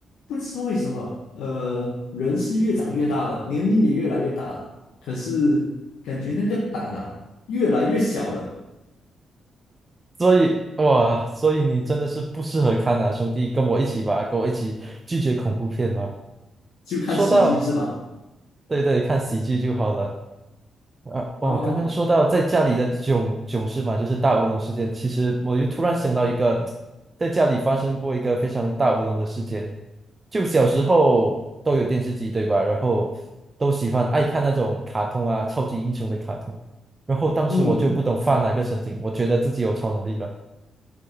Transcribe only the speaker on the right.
所以哇，所以你真的是不适合看啊，兄弟，跟我一起吧，跟我一起拒绝恐怖片吧。
说到，对对，看喜剧就好了。啊，
哦，刚刚说到在家里的囧囧事嘛，就是大乌龙事件。其实我就突然想到一个，在家里发生过一个非常大乌龙的事件。就小时候都有电视机，对吧？然后都喜欢爱看那种卡通啊，超级英雄的卡通。然后当时我就不懂发哪个神经，
我觉得自己有超能力了。